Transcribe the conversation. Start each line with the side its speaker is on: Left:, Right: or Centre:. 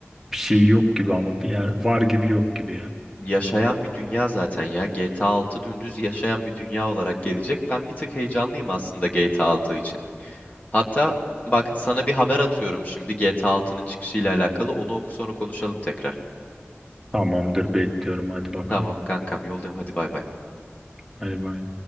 Centre: bir şey yok gibi ama bir yer var gibi yok gibi ya.
Left: yaşayan bir dünya zaten ya. GTA 6 dümdüz yaşayan bir dünya olarak gelecek. Ben bir tık heyecanlıyım aslında GTA 6 için. Hatta bak sana bir haber atıyorum şimdi GTA 6'nın çıkışıyla alakalı. Onu oku sonra konuşalım tekrar.
Centre: Tamamdır bekliyorum hadi bakalım.
Left: Tamam kankam yoldayım hadi bay bay.
Centre: Bay bay.